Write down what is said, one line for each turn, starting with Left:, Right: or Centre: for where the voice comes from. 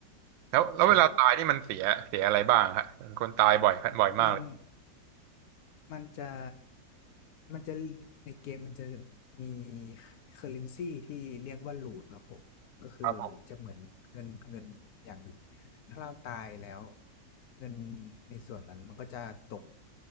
Right: แล้วแล้วเวลาตายนี่มันเสียเสียอะไรบ้างฮะเห็นคนตายบ่อยบ่อยมากเลย
Left: <laughs> ใช่มันมันจะมันจะในเกมมันจะมีเคอร์เรนซีที่เรียกว่าลูทครับผมก็คือจะเหมือนเงินเงินอย่างหนึ่ง
Right: ครับผม
Left: ถ้าเราตายแล้วเงินในส่วนนั้นมันก็จะตก